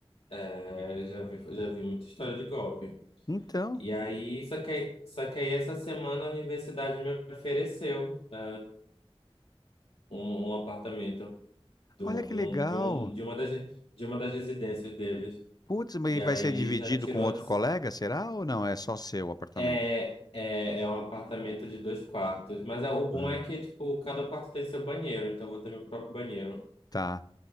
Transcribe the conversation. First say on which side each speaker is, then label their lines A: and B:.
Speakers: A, on the left; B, on the left.
A: é, já vi, já vi muita história de golpe.
B: Então,
A: E aí, só que, aí- só que aí essa semana a universidade me ofereceu né, um, um apartamento do,
B: olha que
A: de,
B: legal.
A: um, de, um, de, uma das, re- de uma das residências deles.
B: Putz, mas
A: E
B: e vai
A: aí
B: ser dividido
A: já tirou
B: com outro
A: as.
B: colega, será ou não? É só seu apartamento?
A: É, é, é um apartamento de dois quartos. Mas é, o bom
B: Ah,
A: é que, tipo, cada quarto tem seu banheiro, então eu vou ter meu próprio banheiro.
B: tá.